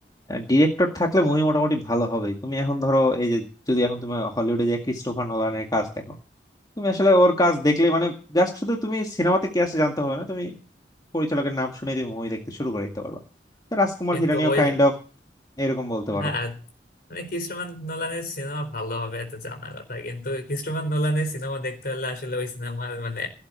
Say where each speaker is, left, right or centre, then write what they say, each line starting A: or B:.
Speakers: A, on the left (about 20°); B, on the left (about 55°).
A: ডিরেক্টর থাকলে মুভি মোটামুটি ভালো হবে তুমি এখন ধরো এই যে যদি এখন তুমি হলিউডে যে ক্রিস্টোফার নোলানের কাজ দেখো তুমি আসলে ওর কাজ দেখলে মানে জাস্ট শুধু তুমি সিনেমাতে কি আছে জানতে হবে না তুমি পরিচালকের নাম শুনে তুমি মুভি দেখতে শুরু করে দিতে পারবা তো রাজকুমার
B: কিন্তু
A: হিরানিও
B: ওই
A: কাইন্ড অফ এরকম বলতে পারো
B: হ্যাঁ মানে ক্রিস্টোফার নোলানের সিনেমা ভালো হবে এত জানা কথা কিন্তু ক্রিস্টোফার নোলানের সিনেমা দেখতে হলে আসলে ওই সিনেমার মানে